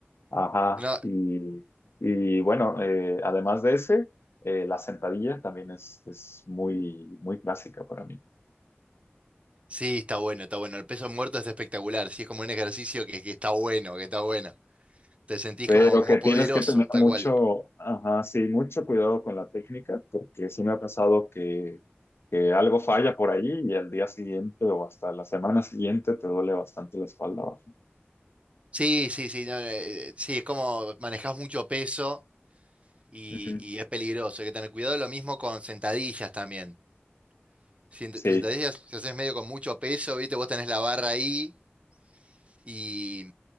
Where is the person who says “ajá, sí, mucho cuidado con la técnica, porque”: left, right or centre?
Left